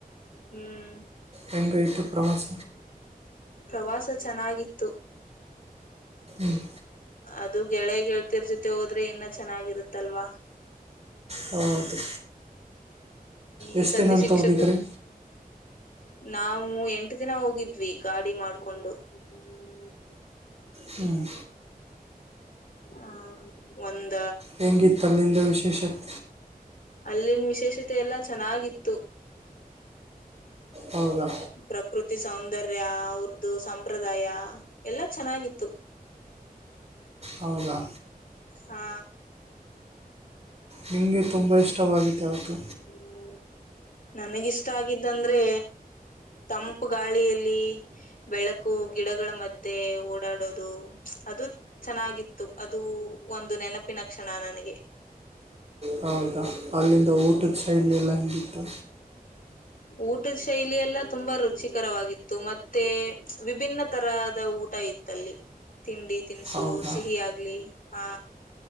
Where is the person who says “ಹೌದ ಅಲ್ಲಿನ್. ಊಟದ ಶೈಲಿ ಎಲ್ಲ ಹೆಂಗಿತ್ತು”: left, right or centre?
Right